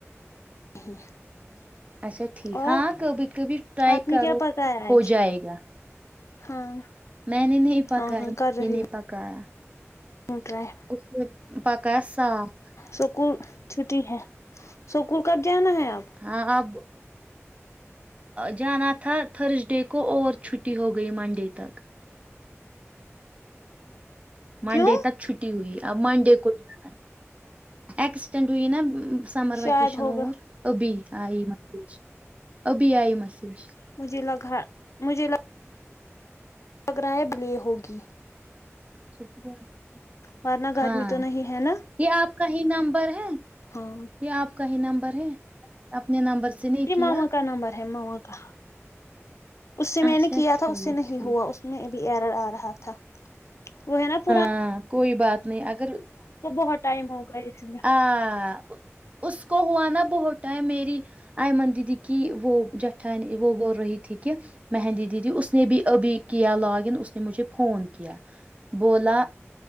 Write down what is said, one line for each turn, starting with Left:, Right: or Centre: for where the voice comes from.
Left: <inaudible>
Right: اچھا ٹھیک
Left: اور
Right: ہاں کبھی کبھی ٹرائی
Left: آپ نے
Right: کرو
Left: کیا پکایا
Right: تو ہو
Left: آج
Right: جائے گا
Left: ہاں
Right: میں نے نہیں پکایا
Left: ہاں ہاں کر
Right: ممی
Left: رہی
Right: نے پکایا
Left: <inaudible> <unintelligible>
Right: اس نے پکایا ساگ
Left: سکول چھٹی ہے سکول کب جانا ہے آپ
Right: ہاں اب <unintelligible> جانا تھا تھرسڈے کو اور چھٹی ہو گئی منڈے تک منڈے
Left: کیوں
Right: تک چھٹی ہوئی آ منڈے کو جانا اکسٹینڈ ہوئی نا سمر
Left: شاید
Right: وکیشن
Left: ہوگا
Right: اور ابھی آئی میسیج ابھی آئی میسیج
Left: مجھے لگا مجھے لگ پگرہائیں بلے ہوگی
Right: سک <unintelligible>
Left: ورنہ گرمی
Right: ہاں
Left: تو نہیں ہے نا
Right: یہ آپ کا ہی نمبر ہے
Left: ہاں
Right: یہ آپ کا ہی نمبر ہے اپنے نمبر سے نہیں
Left: یہ
Right: کیا
Left: ماما کا نمبر ہے موا کا اس سے میں
Right: اچھا
Left: نے کیا
Right: ٹھیک
Left: تھا اس سے نہیں
Right: ٹھیک
Left: ہوا اس میں بھی ایرر آ رہا تھا وہ ہے نا پانا
Right: ہاں کوئی بات نہیں اگر
Left: بہت ٹائم ہوگا اس لیے
Right: ہاں اس کو ہوا نا بہت ہے میری آئمن دیدی کی وہ جٹھانی وہ بول رہی تھی کہ مہندی دیدی اس نے بھی ابھی کیا لاگ ان اس نے مجھے فون کیا بولا